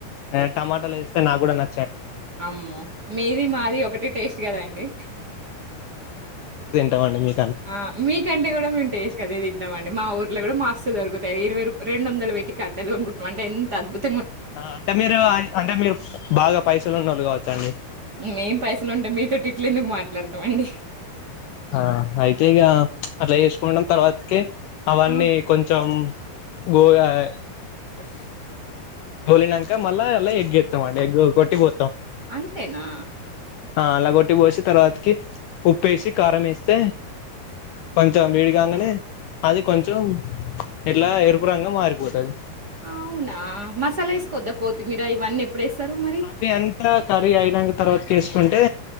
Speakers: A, on the left; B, on the right.
A: ఆ టమాటాలేస్తే నా కూడా న
B: అమ్మో మీది మాది ఒకటే టేస్ట్ కదండి
A: టమండి మీ
B: ఆ మీకంటే కూడా మేము టేస్ట్ గదే తింటామండి మా ఊర్లో కూడా మాస్తు దొరుకుతాయి ఇరవై రూ రెండూ వందలు పెట్టి కట్టలు కొనుకుంటున్నమంటే ఎంత అద్భుత్
A: ఆ అంటే మీరు అంటే మీరు బాగా పైసలు ఉన్నోళ్ళు కావచ్చండి
B: మేం పైసలు ఉంటే మీతోటి ఇట్ల ఎందుకు మాట్లాడతామండి
A: ఆ అయితే ఇగ ప్చ్ అట్లా చేసుకుంటం తర్వాతకి అవన్నీ
B: ఆ!
A: కొంచెం గోగాయ్
B: ఉఫ్
A: గోలినంక మల్ల అల్ల ఎగ్ ఎత్తం ఎగ్ కొట్టిపో
B: అంతేనా
A: ఆ అల్లగొట్టి పోసి తర్వాతకి ఉప్పేసి కారం వేస్తే కొంచెం వేడిగాంగనే అది కొంచెం ఇట్లా ఎరుపురంగుగ మారిపోతది.
B: అవునా మస్ సాల వేసుకోవద్ద కొత్తిమీర ఇవన్నీ ఎప్పుడేస్తారు మరి?
A: అవి అంతా కర్రీ అయినాంక తర్వాత కేసుకుంటే